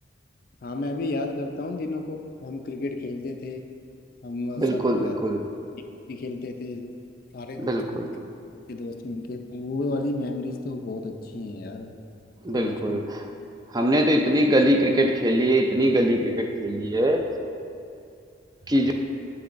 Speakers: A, on the left (about 50°); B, on the right (about 20°).
A: हाँ मैं भी याद करता हूँ दिनों को हम क्रिकेट खेलते थे हम
B: बिल्कुल
A: सब
B: बिल्कुल
A: अ, भी खेलते थे सारे दोस्त
B: बिल्कुल
A: मिलके दोस्त मिलके तो वो वाली मेमोरीज तो बहुत अच्छी हैं यार वो तो
B: बिल्कुल
A: बचपन
B: हमने तो इतनी गली क्रिकेट खेली है इतनी गली क्रिकेट खेली है कि